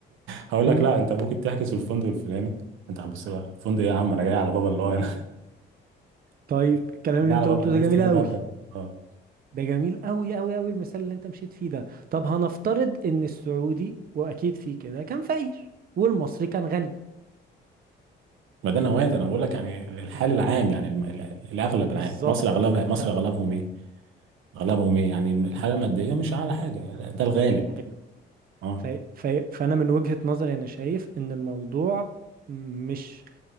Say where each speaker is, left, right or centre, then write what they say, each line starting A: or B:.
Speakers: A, on the right (about 80°); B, on the right (about 50°).
A: هقول
B: مم.
A: لك لا انت ممكن تحجز في الفندق الفلاني انت هتبص بقى الفندق ايه يا عم انا جاي على بابا الله انا
B: طيب
A: <laughs>
B: الكلام
A: جاي
B: اللي انت
A: على بابا
B: قلته
A: انا
B: ده
A: لسه
B: جميل
A: جاي
B: قوي
A: ببدا اه
B: ده جميل قوي قوي قوي المثال اللي انت مشيت فيه ده طب هنفترض ان السعودي واكيد فيه كده كان فقير والمصري كان غني
A: ما ده نوادي انا بقول لك يعني الحال العام يعني الم- ال- الاغلب العام
B: بالظبط
A: مصر اغلبها مصر
B: ف
A: اغلبهم ايه اغلبهم ايه يعني الحاله الماديه مش اعلى حاجه ده الغالب
B: حلو
A: اه
B: ف... ف... فأنا من وجهة نظري أنا شايف إن الموضوع مش